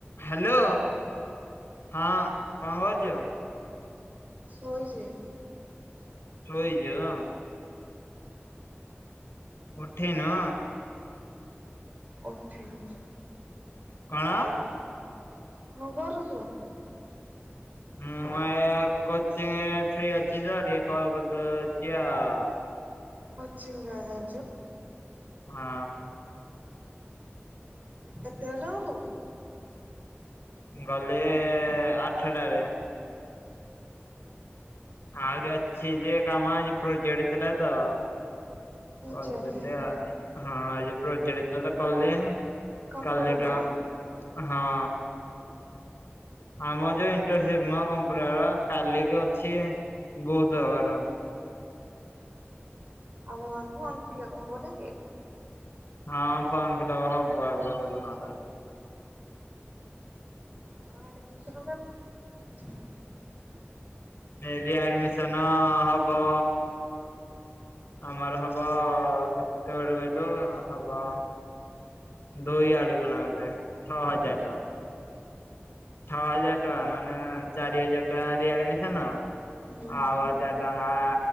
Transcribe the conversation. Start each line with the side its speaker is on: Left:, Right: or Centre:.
Left: Hello ହଁ କଣ କରୁଚ?
Right: ଶୋଇଚି।
Left: ଶୋଇଚଅ। ଉଠିନ।
Right: ଉଠି ଯାଉଚି।
Left: କଣ?
Right: କଁ କରୁଛ?
Left: ମୁଁ ଏ କୋଚିଂରେ ଫ୍ରି ଅଛି ତ ଟିକେ କଲ କରିଦଉଚି ଆଉ।
Right: କୋଚିଂ ରେ <unintelligible>
Left: ହଁ।
Right: କେତେବେଲେ ଗଲୁ?
Left: ଗଲି ଆଠଟାରେ। ଆହୁରି ଅଛି ଯେ କାମ ଆଜି ପ୍ରୋଜେକ୍ଟ ଥିଲା ତ-
Right: ଅଜାଟେ
Left: କରିଦେଲି ଆଉ ହଁ ଆଜି ପ୍ରୋଜେକ୍ଟ କଲେ କଲି।
Right: କମ୍ପ୍ୟୁଟର
Left: କାଲି ଡ ହଁ। ଆମ ଯୋଉ ଇଣ୍ଟରସିପ ମ କମ୍ପ୍ୟୁଟରର କାଲିକି ଅଛି ବୌଦ ହବାର।
Right: ଆଗ କଣ ଫର୍ମ ଫିଲପ୍ ହବନି କି?
Left: ହଁ ଫର୍ମ ଫିଲଅପ ହବ ଏବେ ଗଲେ ନହେଲେ।
Right: ଆମ ଆଡେ ବିଷ <unintelligible>
Left: ଏ ରିଆଡମିସନ ହବ ଆମର ହବ କେତେ ବେଳେ କହିଲୁ ହବ। ଦୁଇ ଆଡୁକୁ ନେ ଛଅ
Right: ହୁଁ
Left: ହଜାର ଟଙ୍କା। ଛଅ ହଜାର ଟଙ୍କା ମାନେ, ଚାରି ହଜାର ଟଙ୍କା ରିଆଡିମ୍ ସନ୍ ଆଉ
Right: ହୁଁ
Left: ହଜାର ଟଙ୍କା